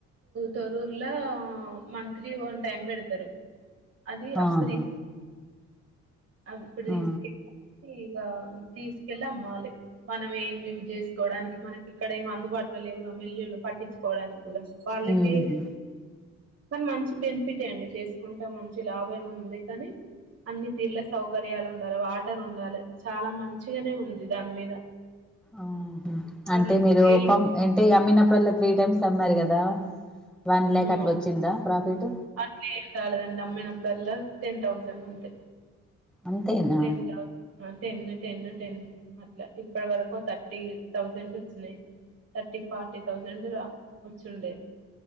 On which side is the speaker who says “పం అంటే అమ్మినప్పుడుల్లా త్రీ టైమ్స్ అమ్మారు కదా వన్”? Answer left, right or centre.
Centre